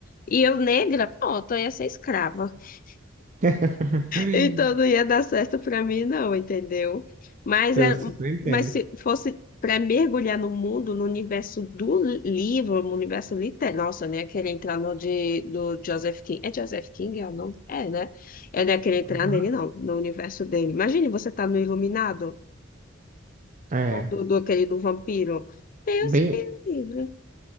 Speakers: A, on the left; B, on the right.
A: E eu, negra, pronto, eu ia ser escrava. <laughs>
B: <laughs>
A: Então não ia dar certo pra mim, não, entendeu? Mas,
B: Então,
A: é...
B: eu super entendo.
A: Mas se fosse para mergulhar no mundo, no universo do li- livro, no universo literário, nossa, eu nem ia querer entrar no de... do Joseph King. É Joseph King? É o nome? É, né? Eu não ia querer entrar
B: Aham.
A: nele, não, no universo dele. Imagine você tá no Iluminado.
B: É,
A: Ou do, do aquele do vampiro. Deus
B: bem,
A: me livre.